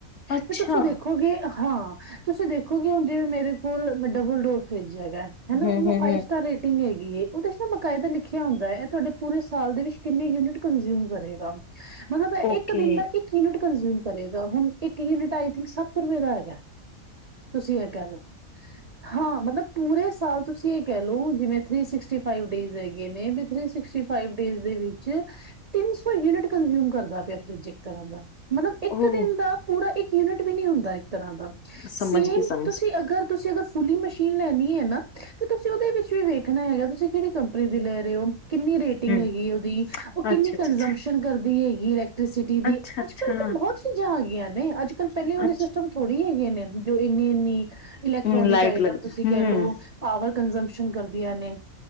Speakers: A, on the left; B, on the right.
A: ਅੱਛਾ
B: ਤੇ ਤੁਸੀਂ ਵੈਖੋਗੇ ਹਾਂ ਤੁਸੀਂ ਦੇਖੋਗੇ ਹੁਣ ਜਿਵੇਂ ਮੇਰੇ ਕੋਲ ਡਬਲ ਡੋਰ ਫਰਿੱਜ ਹੈਗਾ ਹਨਾ
A: ਹੂੰ
B: ਉਹਨੂੰ
A: ਹੂੰ
B: ਫਾਈਵ
A: ਹੂੰ
B: ਸਟਾਰ ਰੇਟਿੰਗ ਹੈਗੀ ਉਹਦੇ ਚ ਨਾ ਬਕਾਇਦਾ ਲਿਖਿਆ ਹੁੰਦਾ ਹੈ ਤੁਹਾਡੇ ਪੂਰੇ ਸਾਲ ਦੇ ਵਿੱਚ ਕਿੰਨੇ ਯੂਨਿਟ ਕੰਜਿਊਮ ਕਰੇਗਾ। ਮਤਲਬ ਇੱਕ
A: ਓਕੇ
B: ਦਿਨ ਦਾ ਇੱਕ ਯੂਨਿਟ। ਕਰੇਗਾ ਹੁਣ ਇੱਕ ਯੂਨਿਟ ਆਈ ਥਿੰਕ ਸੱਤ ਰੁਪਏ ਦਾ ਹੈਗਾ। ਤੁਸੀਂ ਇਹ ਕਹਿ ਲਓ ਹਾਂ ਮਤਲਬ ਪੂਰੇ ਸਾਲ ਤੁਸੀਂ ਇਹ ਕਹਿ ਲੋ ਜਿਵੇਂ ਥ੍ਰੀ ਸਿਕਸਟੀ ਫਾਈਵ ਡੇਜ ਹੈਗੇ ਨੇ ਵੀ੍ ਥ੍ਰੀ ਸਿਕਸਟੀ ਫਾਈਵ ਡੇਜ ਦੇ ਵੀ ਤਿੰਨ ਸੌ ਯੂਨਿਟ ਕੰਜ਼ਿਊਮ ਕਰਦਾ ਪਿਆ ਫਰਿਜ ਇੱਕ ਤਰ੍ਹਾਂ ਦਾ ਮਤਲਬ ਇੱਕ
A: ਉਹ
B: ਦਿਨ ਦਾ ਪੂਰਾ ਇੱਕ ਯੂਨਿਟ ਵੀ ਨਹੀਂੀ ਹੁੰਦਾ ਤਰ੍ਹਾਂ ਦਾ,
A: ਸਮਝ
B: ਸੇਮ
A: ਗਈ ਸਮਝ
B: ਤੁਸੀਂ
A: ਗਈ,
B: ਅਗਰ ਤੇ ਅਗਰ ਫੁਲੀ ਮਸ਼ੀਨ ਲੈਣੀ ਹੈ ਨਾ ਤੁਸੀਂ ਉਹਦੇ ਵਿੱਚ ਵੀ ਵੇਖਣਾ ਹੈਗਾ ਤੁਸੀਂ ਕਿਹੜੀ ਕੰਪਨੀ ਦੀ ਲੈ ਰਹੇ ਹੋ ਕਿੰਨੀ ਰੇਟਿੰਗ
A: ਹੂੰ
B: ਹੈਗੀ ਉਹਦੀ, ਉਹ ਕਿੰਨੀ
A: ਅੱਛਾ
B: ਕੰਜੰਪਸ਼ਨ
A: ਅੱਛਾ ਅੱਛਾ
B: ਕਰਦੀ ਹੈਗੀ। ਕੀ ਰੇਟ ਟੀ ਦੀ
A: ਅੱਛਾ
B: <unintelligible>
A: ਅੱਛਾ
B: ਬਹੁਤ ਚੀਜ਼ਾਂ ਆ ਗਈ ਨੇ ਅੱਜ ਪਹਿਲੇ ਵਾਲ
A: ਅੱਛ
B: ਸਿਸਟਮ ਥੋੜ੍ਹੀ ਹੈਗੇ ਹੈ। ਜੋ ਇੰਨੀ ਇੰਨੀ ਇਲੈਕਟ੍ਰੋਨਿਕ
A: ਹੂੰ ਲਾਈਟ
B: ਆਈਟਮ
A: ਲੱਗਦਾ
B: ਤੁਸੀਂ
A: ਹੂੰ
B: ਕਹਿ ਲਓ ਪਾਵਰ ਕਨਜ਼ਮਸ਼ਨ ਕਰਦੀਆਂ ਨੇ